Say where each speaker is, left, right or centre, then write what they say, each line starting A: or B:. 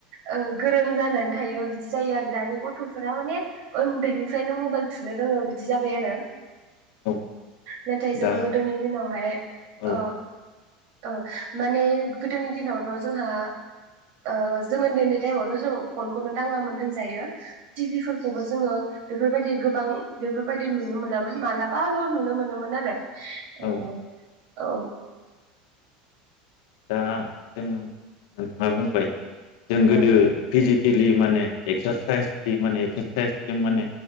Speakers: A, on the right; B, on the left.
A: ओ गोरों जानानै थायो बिदि जायो आरो दानि गथ'फोरा माने ओन्दैनिफ्रायनो मबाइल थुनो रोङो बिदि जाबाय आरो।
B: औ
A: नाथाय जों
B: दा
A: गोदोनि दिनावहाय
B: औ
A: ओ ओ माने गोदोनि दिनावथ'' जोंहा ओ जों ओन्दै ओन्दै टाइमावथ' जों फनखौनो दाङामोन होनजायो। टिभिफोरखौबो जोंङो बेफोरबायदि गोबां बेफोरबायदि नुनो मोनामोन मालाबाल' नुनो मोनोमोन आरो। ओ
B: औ
A: औ।
B: दा जों नोंथाङा बुंबाय। जों गोदो
A: ओं
B: भिजिद गेलेयो माने एक्सारसाइस माने एक्सारसाइसजों माने